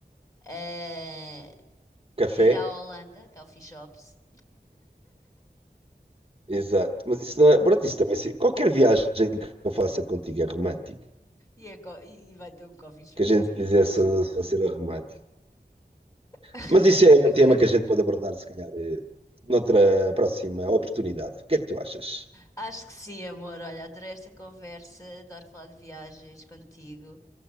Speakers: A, on the left; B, on the right.
A: eh,
B: Café.
A: ir à Holanda, é Coffee Shops.
B: Exato. Mas isso não é. Pronto, isso também. se- Qualquer viagem que eu faça contigo é romântica.
A: E, é co- e vai ter um coffee shop,
B: Que a gente
A: de certeza.
B: fizesse
A: absoluta.
B: a ser romântico.
A: <laughs>
B: Mas isso é um tema que a gente pode abordar, se calhar, eh, noutra próxima oportunidade. O que é que tu achas?
A: Acho que sim, amor. Olha, adorei esta conversa, adoro falar de viagens contigo.